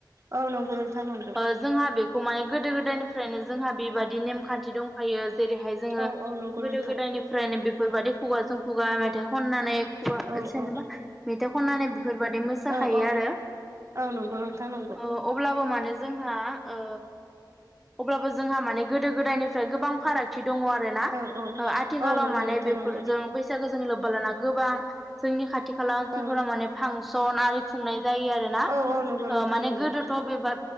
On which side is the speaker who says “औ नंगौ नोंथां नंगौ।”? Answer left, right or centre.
Right